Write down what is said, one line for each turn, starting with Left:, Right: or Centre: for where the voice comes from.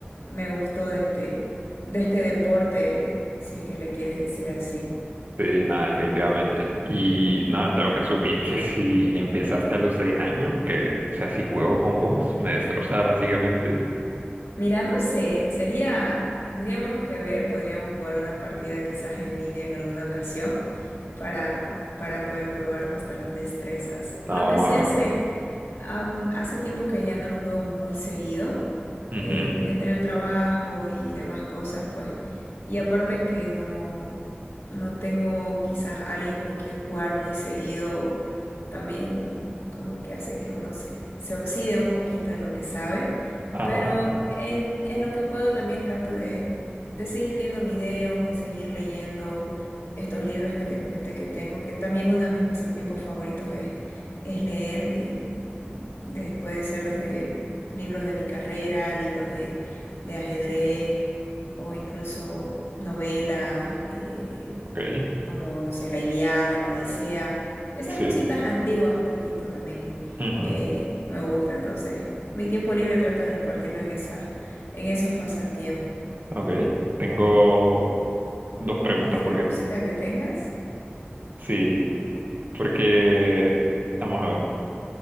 Left: me gustó de este, de este deporte, si es que le quieres decir así.
Right: sí, nada, definitivamente. Y nada, tengo que asumir que si empezaste a los seis años, que, o sea, si juego con vos, me destrozaba básicamente.
Left: Mira, no sé, sería, tendríamos que ver, podríamos jugar una partida quizás en línea en alguna ocasión. para, para poder probar nuestras destrezas.
Right: No,
Left: Lo
Right: vamos
Left: que sí
Right: a ver.
Left: hace, am, hace tiempo que ya no lo juego muy seguido,
Right: Ujú,
Left: eh, entre el trabajo y demás cosas, pues, y aparte que no, no tengo quizás alguien con quien jugar muy seguido, también como que hace que uno se, se oxide un poquito en lo que sabe,
Right: Ajá,
Left: pero en, en lo que puedo también trato de, de seguir viendo videos, de seguir leyendo estos libros que te comenté que tengo, que también uno de mis pasatiempos favoritos es, es leer, de, de- puede ser desde libros de mi carrera, libros de, de ajedrez o incluso novelas eh,
Right: ok.
Left: como, no sé, La Ilíada, La Odisea, esas
Right: Sí,
Left: cositas antiguas un poquito también
Right: ujú.
Left: eh, me gusta, entonces mi tiempo libre trato de repartirlo en esas, en esos pasatiempos.
Right: ok. Tengo dos preguntas
Left: ¿Y de la
Right: porque,
Left: música que tengas?
Right: sí, porque, vamos a ver.